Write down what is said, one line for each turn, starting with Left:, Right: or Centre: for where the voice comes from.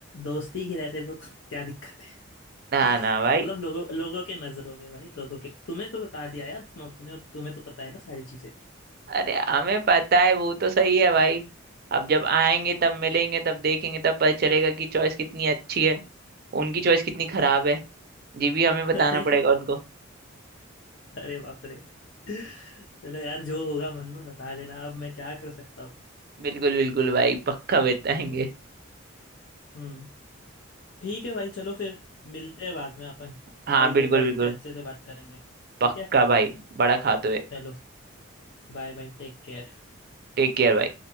Left: दोस्ती की रहते तो <laughs> क्या दिक्कत है
Right: ना ना भाई
Left: मतलब लोगों लोगों के नजरों में भाई लोगों के तुम्हें तो बता दिया यार तुम तुम्हें तुम्हें तो पता है ना सारी चीजें
Right: अरे हमें पता है वो तो सही है भाई अब जब आएंगे तब मिलेंगे तब देखेंगे तब पता चलेगा कि चॉइस कितनी अच्छी है उनकी चॉइस कितनी खराब है ये भी हमें बताना
Left: <laughs> अरे
Right: पड़ेगा उनको
Left: अरे बाप रे चलो यार जो होगा मन में बता देना अब मैं क्या कर सकता हूँ
Right: बिल्कुल बिल्कुल भाई पक्का बताएंगे
Left: हम्म ठीक है भाई चलो फिर मिलते हैं बाद में अपन
Right: हाँ
Left: कहीं
Right: बिल्कुल
Left: पे बैठ
Right: बिल्कुल
Left: के अच्छे से बात करेंगे ठीक
Right: पक्का
Left: है
Right: भाई बड़ा खाते हुए
Left: चलो Bye bye take care
Right: टेक केयर भाई